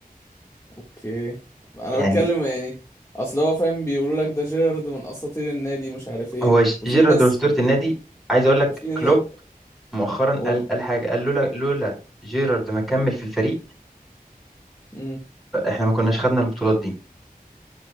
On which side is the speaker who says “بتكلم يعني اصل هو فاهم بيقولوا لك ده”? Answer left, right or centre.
Left